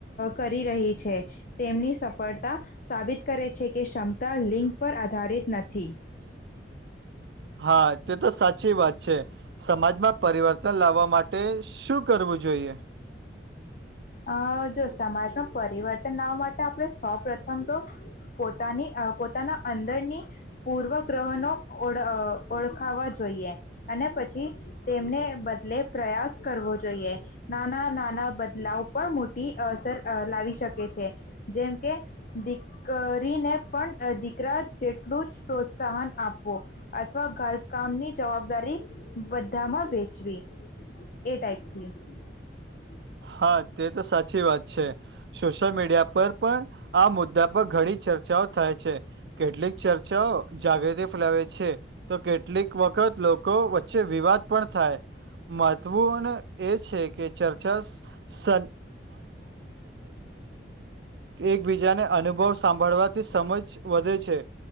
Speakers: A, on the left; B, on the right.
A: કરી રહી છે તેમની સફળતા સાબિત કરે છે કે ક્ષમતા લિંગ પર આધારિત નથી.
B: હા તે તો સાચી વાત છે. સમાજમાં પરિવર્તન લાવવા માટે માટે શું કરવું જોઈએ.
A: અ જો સમાજમાં પરિવર્તન લાવવા માટે આપણે સૌ પ્રથમ તો પોતાની પોતાના અંદરની પૂર્વગ્રહણો ઓ ઓળખાવા જોઈએ અને પછી તેમને બદલે પ્રયાસ કરવો જોઈએ નાના નાના લાવ પણ મોટી અસર લાવી શકે છે જેમ કે દીકરીને પણ દીકરા જેટલું જ પ્રોત્સાહન આપવું અથવા ઘરકામની જવાબદારી બધામાં વેચવી એ ટાઈપ <inaudible>
B: હા તે તો સાચી વાત છે સોશિયલ મીડિયા પર પણ આ મુદ્દા પર ઘણી ચર્ચાઓ થાય છે કેટલીક ચર્ચાઓ જાગૃતિ ફેલાવે છે તો કેટલીક વખત લોકો વચ્ચે વિવાદ પણ થાય મહત્વું અને છે કે ચર્ચસ સન એકબીજાને અનુભવ સાંભળવાથી સમજ વધે છે.